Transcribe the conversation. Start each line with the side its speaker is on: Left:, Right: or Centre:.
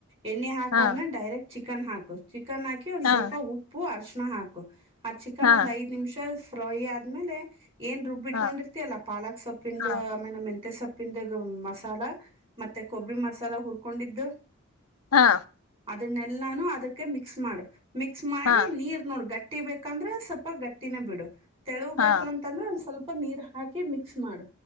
Right: ಎಣ್ಣಿ ಹಾಕಾದ್ಮೇಲೆ
Left: ಹಾ
Right: ಡೈರೆಕ್ಟ್ ಚಿ ಕನ್ ಹಾಕು. ಚಿಕನ್ ಹಾಕಿ ಒಂದು
Left: ಹಾ
Right: ಸ್ವಲ್ಪ ಉಪ್ಪು ಅರ್ಷ್ ನಾ ಹಾಕೊ. ಆ ಚಿಕನ್
Left: ಹಾ
Right: ಒಂದು ಐದು ನಿಮಿಷ ಫ್ರೈ ಆದ್ಮೇಲೆ ಏನು ರುಬ್ಬಿಟ್ಗೊಂಡಿರ್
Left: ಹಾ
Right: ಪಾಲಕ್ ಸೊಪ್ಪಿಂದು
Left: ಹಾ
Right: ಆಮೇಲೆ ಮೆ ಂತೆ ಸೊಪ್ಪಿಂದ ಮಸಾಲ ಮತ್ತೆ ಕೊಬ್ಬರಿ ಮಸಾಲ ಹುರ್ ಕೊಂಡಿದ್ದ
Left: ಹಾ.
Right: ಅದನ್ನೆಲ್ಲಾನು ಅದಕ್ಕೆ ಮಿಕ್ಸ್ ಮಾಡು. ಮಿಕ್ಸ್ ಮಾಡಿ
Left: ಹಾ
Right: ನೀರ್ ನೋಡ್ ಗಟ್ ಟ್ಟಿ ಬೇಕಂದ್ರೆ ಸ್ವಪ್ಪ ಗಟ್ಟಿನೇ ಬಿಡು. ತೆಳೂಬೇಕಂತಂದ್ರ
Left: ಹಾ
Right: ಒಂದ್ ಸ್ವಲ್ಪ್ ಪ ನೀರ ಹ್ ಹಾಕಿ ಮಿಕ್ಸ್ ಮಾಡ